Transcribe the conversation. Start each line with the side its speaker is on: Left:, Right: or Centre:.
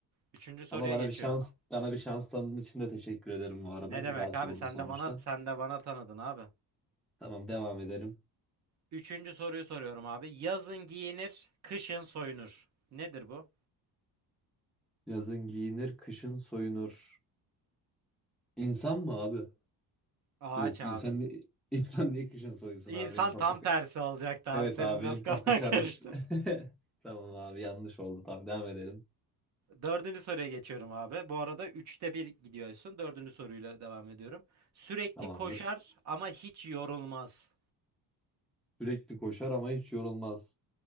Right: Üçüncü soruya
Centre: Ama bana
Right: geçiyorum
Centre: bir şans
Right: abi.
Centre: bana bir şans tanıdığın için de teşekkür ederim bu arada.
Right: Ne demek
Centre: Bir daha sordun
Right: abi? Sen
Centre: sonuçta.
Right: de bana sen de bana tanıdın abi.
Centre: Tamam devam edelim.
Right: Üçüncü soruyu soruyorum abi. Yazın giyinir, kışın soyunur. Nedir bu?
Centre: Yazın giyinir, kışın soyunur. İnsan mı abi?
Right: Ağaç
Centre: Yok
Right: abi.
Centre: insan <laughs> insan niye kışın soyunsun
Right: İnsan
Centre: abi benim kafa
Right: tam tersi olacaktı abi.
Centre: Evet
Right: Senin
Centre: abi
Right: biraz
Centre: benim
Right: kafan
Centre: kafa karıştı.
Right: <laughs> karıştı.
Centre: <laughs> Tamam abi yanlış oldu. Tamam devam edelim.
Right: Dördüncü soruya geçiyorum abi. Bu arada üçte bir gidiyorsun. Dördüncü soruyla devam ediyorum. Sürekli
Centre: Tamamdır.
Right: koşar ama hiç yorulmaz.
Centre: Sürekli koşar ama hiç yorulmaz.